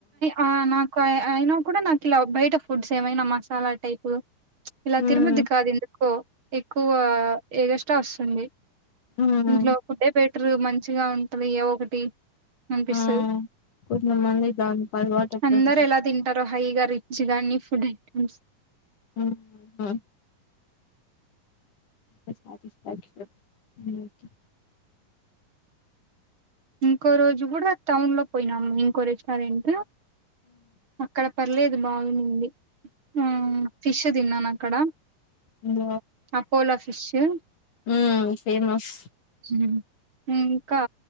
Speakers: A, on the right; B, on the left.
A: అ నాకు అయినా కూడా నాకు ఇలా బయట ఫుడ్స్ ఏమైనా మసాలా టైపు ఇలా
B: మ్మ్
A: తిరుముద్ది కాద్ ఎందుకో ఎక్కువ ఏగస్ట వోస్సుంది
B: మ్మ్
A: ఇంట్లో ఫుడే బెట్రూ మంచిగా ఉంటది ఏవో ఒకటి అనిపిస్తది.
B: ఉమ్ కొందమంది దాన్ అల్ వాటైతది
A: అందరు ఎలా తింటారో హైగా రిచ్చు దానీ ఫుడ్ ఐటమ్స్
B: ఉమ్ ఆ ఉహ్ ఆకి ఆకి దో ఉమ్
A: ఇంకో రోజు గూడా టౌన్ లో పోయినామ్ ఇంకో రెస్టారెంటు అక్కడ పర్లేదు బాఉంది ఉమ్ ఫిషుద్ దిన్నా నాక్కడ
B: ఇంగ
A: అపోలా ఫిషు
B: ఉమ్ ఫేమస్
A: ఉమ్ ఇంకా